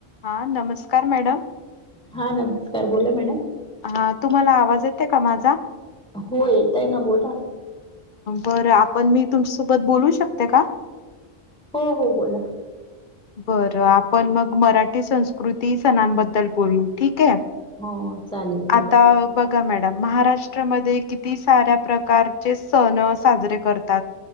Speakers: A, on the left; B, in the centre.
A: हा नमस्कार मॅडम
B: हा नमस्कार, बोला मॅडम. तुम्हाला
A: हा तुम्हाला
B: आवाज येतोय
A: येते माझा?
B: का माझा हो येतोय ना बोला
A: बरं आपण मी तुमच्यासोबत बोलू शकते का?
B: हो हो बोला.
A: बरं आपण मग मराठी संस्कृती, सणांबद्दल बोलू ठीक आहे.
B: हो चालेल बोला
A: आता बघा मॅड महाराष्ट्रामध्ये किती साऱ्या प्रकारचे सण साजरे करतात?